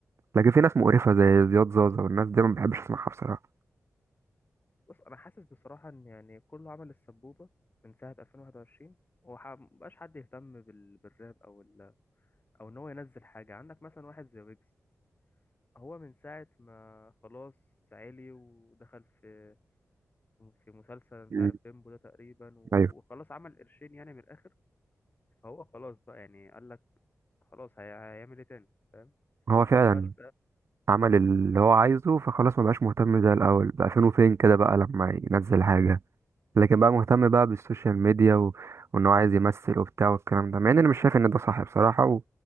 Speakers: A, on the right; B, on the left.
A: لكن في ناس مقرفه زي زياد زازا والناس دي ما بحبش اسمعها بصراحه
B: بص انا حاسس بصراحه ان يعني كله عمل السبوبه من ساعه 2021 ومبقاش حد يهتم بال... بالراب او ال... او ان هو ينزل حاجه عندك مثلا واحد زي ويجز هو من ساعه ما خلاص عالي ودخل في في مسلسل مش
A: م،
B: عارف بيمبو ده تقريبا و...
A: ايوه
B: وخلاص عمل قرشين يعني من الاخر فهو خلاص بقى يعني قال لك خلاص هي... هيعمل ايه تاني فاهم فمبقاش
A: هو فعلا عمل اللي هو عايزه فخلاص مبقاش مهتم زي الأول بقى فين وفين كده بقى لما ينزل حاجة لكن بقى مهتم بقى بالسوشيال ميديا و... وإن هو عايز يمثل وبتاع والكلام ده مع إن أنا مش شايف إن ده صح بصراحة و...